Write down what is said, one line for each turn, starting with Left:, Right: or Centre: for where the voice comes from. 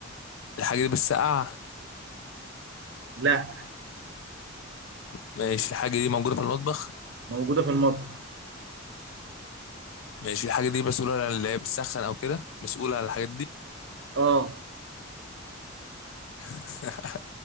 Left: الحاجة دي بتسقع
Right: لا
Left: ماشي الحاجة دي موجودة في المطبخ
Right: موجوده في المطبخ
Left: ماشي الحاجة دي مسؤولة عن اللي هي بتسخن أو كده مسؤولة عن الحاجات دي
Right: اه
Left: <laughs>